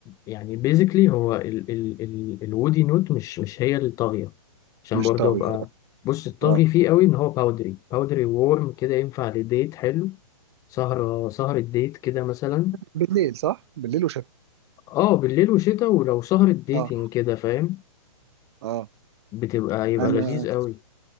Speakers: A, on the left; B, on the right.
A: يعني بيزيكلي هو ال ال ال الودي نوت مش مش هي اللي طاغية عشان
B: مش
A: برضه
B: طاغيه
A: ابقى
B: اه
A: بص الطاغي
B: آه.
A: فيه قوي ان هو باودري باودري وورم كده ينفع لديت حلو سهرة سهرة ديت كده مثلا
B: بالليل صح بالليل وشتاء
A: اه بالليل وشتا ولو سهرة ديتنج
B: اه
A: كده فاهم
B: اه
A: بتبقى يبقى
B: انا
A: لذيذ قوي